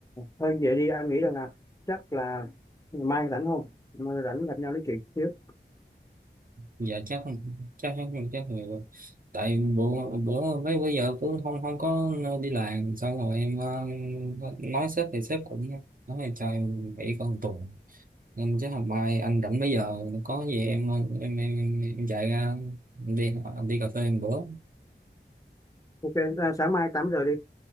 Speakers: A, on the left; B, on the right.
A: thôi vậy đi anh nghĩ rằng là chắc là mai rảnh không mai rảnh gặp nhau nói chuyện chứ
B: dạ chắc chắc chắc chắc nhiều rồi. tại bữa bữa mấy bữa giờ cứ không không có đi làm xong rồi em ờ, nói sếp thì sếp cũng nói là cho em nghỉ có một tuần nên chắc hôm mai anh rảnh mấy giờ có gì em em em, em, em chạy ra em đi em đi cà phê một bữa
A: Ok, à, sáng mai 8 giờ đi,